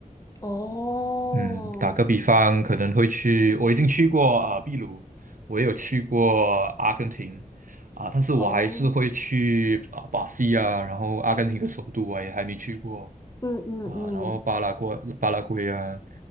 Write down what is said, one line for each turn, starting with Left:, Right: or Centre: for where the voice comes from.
Left: 哦
Right: 嗯，打个比方，可能会去，我已经去过啊、秘鲁，我也有去过阿根廷啊、但是我还是会去啊、
Left: 哦，
Right: 巴西啊，然后阿根廷的首都啊也还没去过
Left: 嗯嗯嗯，
Right: 啊、然后巴拉圭、巴拉圭啊。